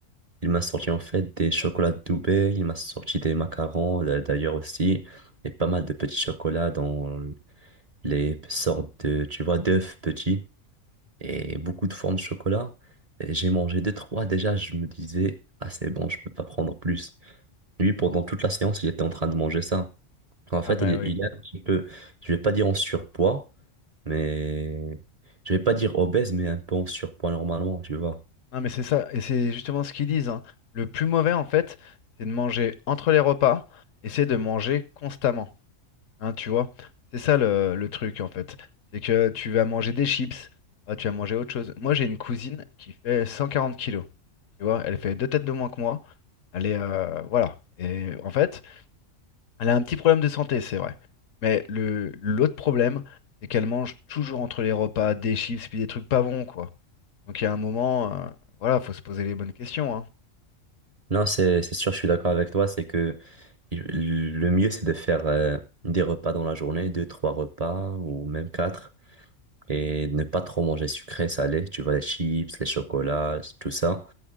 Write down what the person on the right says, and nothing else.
Il m'a sorti en fait des chocolats de Dubaï, il m'a sorti des macarons d'a- d'ailleurs aussi, et pas mal de petits chocolats dans les sortes de, tu vois, d'œufs petits, et beaucoup de formes de chocolat. Et j'ai mangé deux, trois déjà, je me disais, ah c'est bon, je peux pas prendre plus. Lui, pendant toute la séance, il était en train de manger ça. En fait,
il,
il est un petit peu, je vais pas dire en surpoids, mais je vais pas dire obèse, mais un peu en surpoids normalement, tu vois.
Non, c'est c'est sûr, je suis d'accord avec toi. C'est que le mieux, c'est de faire euh, des repas dans la journée, deux, trois repas ou même quatre, et ne pas trop manger sucré, salé. Tu vois, les chips, les chocolats, tout ça.